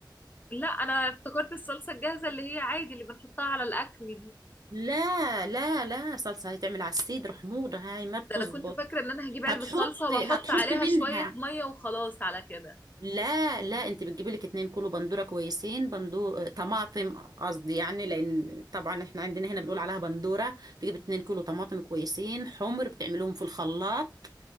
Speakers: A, on the left; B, on the right.
A: لا انا افتكرت الصلصه الجاهزه اللي هي عادي اللي بنحطها على الاكل دي
B: لا لا لا صلصة هيتعمل على السيد حموضة هاي ما بتزبط
A: ده انا كنت فاكره ان انا هجيب علبه
B: هتحطي
A: صلصه واحط
B: هتحطي
A: عليها
B: منها
A: شويه ميه وخلاص على كده
B: لا لا انت بتجيبي لك اتنين كيلو بندوره كويسين بندو طماطم قصدي يعني لان طبعا احنا عندنا هنا بنقول عليها بندوره تجيب اتنين كيلو طماطم كويسين حمر بتعمليهم في الخلاط